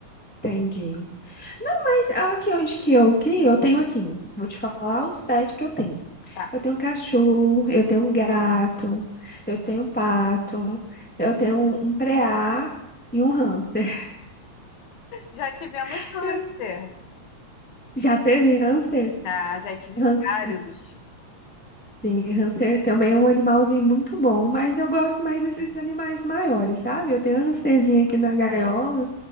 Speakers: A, in the centre; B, on the left (about 75°).
A: Entendi. Não, mas aqui onde que eu crio, eu tenho assim, vou te falar os pets que eu tenho.
B: Tá.
A: Eu tenho um cachorro, eu tenho um gato, eu tenho um pato, eu tenho um, um preá e um hamster.
B: Já tivemos
A: <laughs>
B: hamster.
A: Já teve hamster?
B: Ah, já tive
A: Hamster?
B: vários.
A: Sim, hamster também é um animalzinho muito bom, mas eu gosto mais desses animais maiores, sabe? Eu tenho uma hamsterzinha aqui na gaiola.